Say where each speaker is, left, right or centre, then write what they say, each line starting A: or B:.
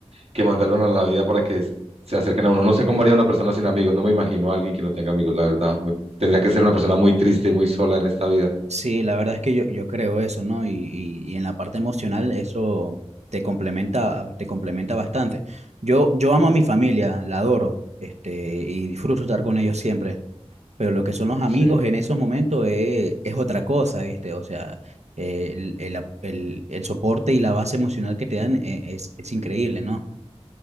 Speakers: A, on the right; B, on the right.
A: que mandaron a la vida para que se acerquen a uno. No sé cómo haría una persona sin amigos. No me imagino a alguien que no tenga amigos, la verdad. Me- Tendría que ser una persona muy triste y muy sola en esta vida.
B: Sí, la verdad es que yo, yo creo eso, ¿no? Y, y- y en la parte emocional eso te complementa, te complementa bastante. Yo, yo amo a mi familia, la adoro, este, y disfruto estar con ellos siempre, pero lo que son los amigos
A: Sí.
B: en esos momentos es, es otra cosa, ¿viste? O sea, eh, el, el, ap- el- el soporte y la base emocional que te dan eh, es, es increíble, ¿no?